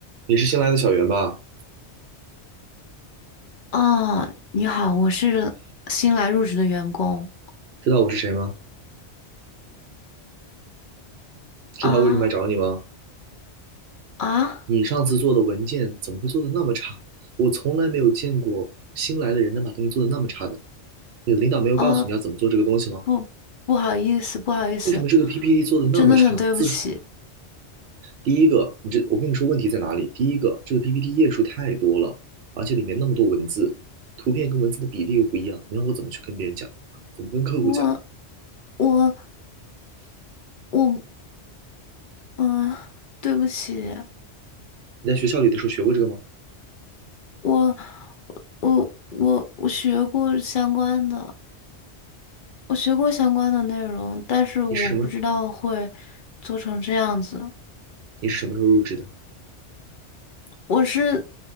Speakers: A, on the right; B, on the left.
A: 你是新来的小袁吧？
B: 哦，你好，我是新来入职的员工
A: 知道我是谁吗？知道我为什么来找你吗？
B: 啊啊
A: 你上次做的文件怎么会做的那么差？我从来没有见过新来的人能把东西做的那么差的。你的领导没有告诉你要怎么做这个东西吗？
B: 啊！不不好意思，不好意思，
A: 为什么这个 PPT 做的那么差？
B: 真的很对不起，
A: 字数，第一个，你这，我跟你说问题在哪里？第一个，这个 PPT 页数太多了，而且里面那么多文字，图片跟文字的比例又不一样，你让我怎么去跟别人讲？怎么跟客户讲？
B: 我我我嗯，对不起，
A: 你在学校里的时候学过这个吗？
B: 我我我我学过相关的，我学过相关的内容，但是我不知道会做成这样子，
A: 你是什么？你是什么时候入职的？
B: 我是